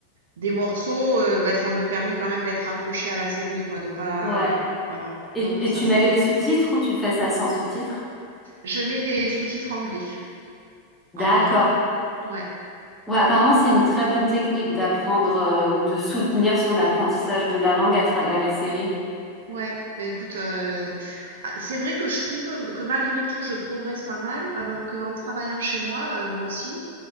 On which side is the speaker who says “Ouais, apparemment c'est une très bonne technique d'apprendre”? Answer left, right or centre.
Centre